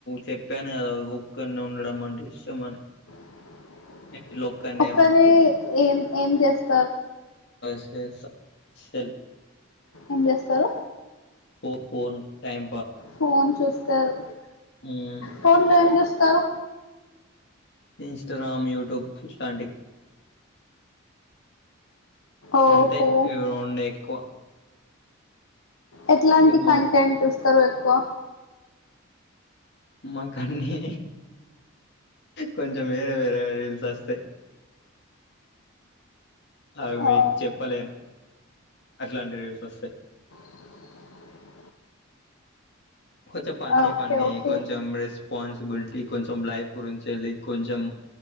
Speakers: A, on the left (about 55°); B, on the left (about 85°).
A: చెప్పాను కదా ఒక్కనే ఉండడం అంటే ఇష్టం అని
B: <unintelligible>
A: ఇట్లా ఒక్కడినే
B: ఒక్కరే వే ఏం ఏం చేస్తాం
A: సే స సల్
B: ఏం చేస్తారు
A: ఫో ఫోన్ టైం
B: ఫోన్ చూస్తారు
A: హ్మ్.
B: ఫోన్ లో ఏం చూస్తారు
A: ఇంస్టాగ్రామ్ యూట్యూబ్ చాటింగ్
B: ఓహో
A: అంతే ఈ రొండే ఎక్కువ
B: ఎట్లాంటి
A: ఇక మా
B: కంటెంట్ చూస్తారు ఎక్కువ
A: మాకాన్ని కొంచెం వేరే వేరే రీల్స్ వస్తాయి అవి
B: ఓ
A: మీకు చెప్పలేను అట్లాంటి రీల్స్ వస్తాయి
B: <inaudible>
A: కొంచెం ఫన్నీ
B: ఓకే
A: ఫన్నీ
B: ఓకే
A: కొంచెం రస్ రెస్పాన్సిబిలిటీ కొంచెం లైఫ్ గురించి వెళ్ళి కొంచెం